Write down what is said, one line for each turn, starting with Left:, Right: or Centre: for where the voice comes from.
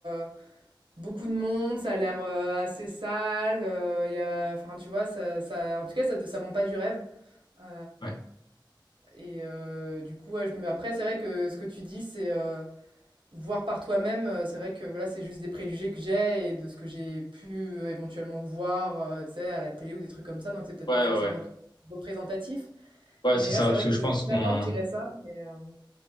Right: heu, beaucoup de monde, ça a l'air, heu, assez sale, heu, il y a enfin, tu vois? Ça ça en tout cas, ça de ça vend pas du rêve, heu
Left: Ouais.
Right: et heu, du coup, ouais, je me après, c'est vrai que ce que tu dis, c'est, heu, voir par toi-même, heu, c'est vrai que, voilà, c'est juste des préjugés que j'ai et de ce que j'ai pu, heu, éventuellement voir, heu, tu sais, à la télé ou des trucs comme ça, donc c'est peut-être
Left: Ouais,
Right: pas forcément
Left: ouais, ouais.
Right: tout représentatif,
Left: Ouais,
Right: mais
Left: c'est
Right: là,
Left: ça,
Right: c'est
Left: parce
Right: vrai
Left: que
Right: que
Left: je
Right: de
Left: pense
Right: prime
Left: qu'on
Right: abord, je dirais ça, mais heu,